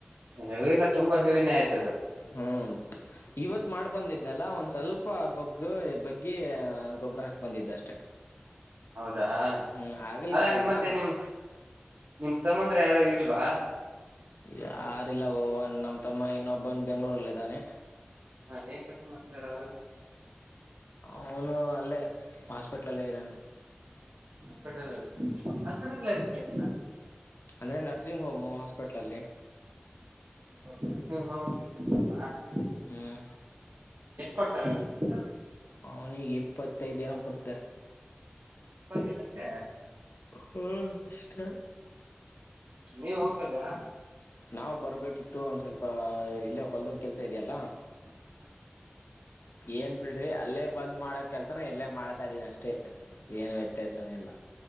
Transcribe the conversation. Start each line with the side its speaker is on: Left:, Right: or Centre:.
Right: ಹೆವಿ ಅಲ್ಲ ತುಂಬಾ ಹೆವಿನೆ ಆಯ್ತು ಅದು
Left: ಹ್ಮ್ ಇವತ್ ಮಾಡಿ ಬಂದಿದ್ನಲ್ಲ ಒಂದ್ ಸ್ವಲ್ಪ ಸ್ವಲ್ಪ ಬಗ್ಗು ಬಗ್ಗಿ ಗೊಬ್ಬರ ಹಾಕಿ ಬಂದಿದ್ದು ಅಷ್ಟೆ
Right: ಹೌದಾ
Left: ಹ್ಮ್ ಆಗಲ್ಕಾಯಲ್ಲ
Right: ಅಲ್ಲ ನಿಮ್ಮ ಮತ್ತೆ ನಿಮ್ ನಿಮ್ ತಮ್ಮಂದ್ರು ಯಾರು ಇಲ್ವಾ
Left: ಯಾರಿಲ್ಲ ಓ ಒ ನಮ್ಮ ತಮ್ಮ ಇನ್ನೊಬ್ಬನ ಬೆಂಗಳೂರಲ್ಲಿ ಇದ್ದಾನೆ
Right: ಹಾ ಏನ್ ಕೆಲಸ ಮಾಡ್ತಿದಾರೆ ಅವ್ರು ಅಲ್ಲಿ
Left: ಅವನು ಅಲ್ಲೇ ಹಾಸ್ಪಿಟ್ಲಲ್ಲೇ ಇದ್ದಾನೆ
Right: ಹಾಸ್ಪೆಟಲ್ ಅಲ್ಲಿ ಹಾಸ್ಪೆಟಲ್ ಏನ್ ಕೆಲಸ
Left: ಅದೇ ನರ್ಸಿಂಗ್ ಹೋಮು ಹಾಸ್ಪಿಟ್ಲಲ್ಲಿ
Right: ನರ್ಸಿಂಗ್ ಹೋಂ <unintelligible>
Left: ಹ್ಮ್
Right: ಕೊಡ್ತಾರೆ ಅವ್ರಿಗೆ ಸ್ಯಾಲರಿ
Left: ಅವನಿಗೆ ಇಪ್ಪತ್ತೈದುದಿನ ಕೊಡ್ತಾರೆ
Right: ಇಪತ್ತುಐದು ದಿನ ಅಷ್ಟೇ
Left: ಹ್ಮ್ ಅಷ್ಟೇ
Right: ನೀವು ಹೋಗಕ್ಲ್ವಾ
Left: ನಾವು ಬರಬೇಕಿತ್ತು ಒಂದು ಸ್ವಲ್ಪ ಇಲ್ಲೇ ಹೊಲದ ಕೆಲಸ ಇದೆಯಲ್ಲ
Right: ಹ್ಮ
Left: ಏನ್ ಬಿಡ್ರಿ ಅಲ್ಲೇ ಬಂದ್ ಮಾಡೋ ಕೆಲ್ಸನ ಎರ್ಲ್ಲೇ ಮಾಡ್ತಾ ಇದ್ದೀನ ಅಷ್ಟೇ ಏನು ವ್ಯತ್ಯಾಸನ ಇಲ್ಲ